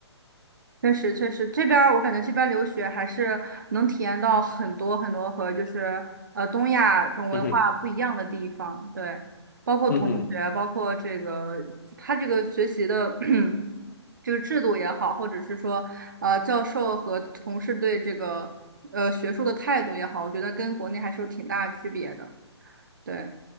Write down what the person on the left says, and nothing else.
嗯哼，
嗯哼，